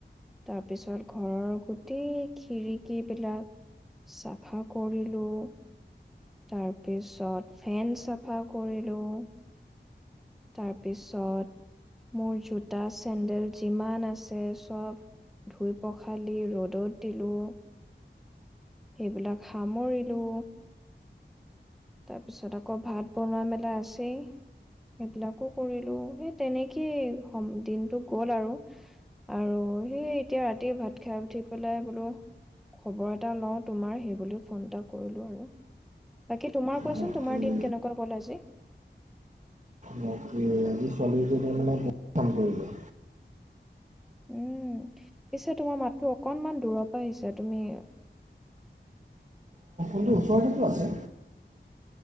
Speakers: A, in the centre; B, on the right (about 40°).
A: তাৰপিছত ঘৰৰ গোটেই খিৰিকী বিলাক চাফা কৰিলো তাৰ পিছত ফেন চাফা কৰিলোঁ তাৰপিছত মোৰ জোতা চেণ্ডেল যিমান আছে চব ধুই পখালি ৰ'দত দিলোঁ সেইবিলাক সামৰিলো তাৰপিছত আকৌ ভাত বনোৱা মেলা আছেই সেইবিলাকো কৰিলো সেই তেনেকেই দিনটো গল আৰু আৰু সেই এতিয়া ৰাতি ভাত খাই উঠি পেলাই বোলো খবৰ এটা লওঁ তোমাৰ সেই বুলি ফোন এটা কৰিলো আৰু বাকী তোমাৰ কোৱাচোন
B: বাপৰে
A: তোমাৰ দিন কেনেকুৱা গ'ল আজি
B: বাপৰে আজি ছোৱালীজনীৰ মানে বহুত কাম কৰিলে
A: উম পিছে তোমাৰ মাতটো অকনমান দূৰৰ পৰা আহিছে তুমি
B: টো ওচৰতেতো আছে